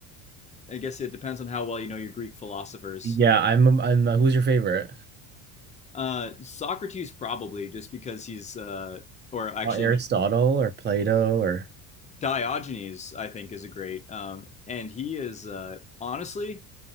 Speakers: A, on the left; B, on the right.
A: I guess it depends on how well you know your Greek philosophers.
B: yeah. I'm I'm who's your favorite?
A: Uh, Socrates probably just because he's uh, or actually
B: Uh, Aristotle
A: no,
B: or Plato or
A: Diogenes I think is a great um, and he is uh, honestly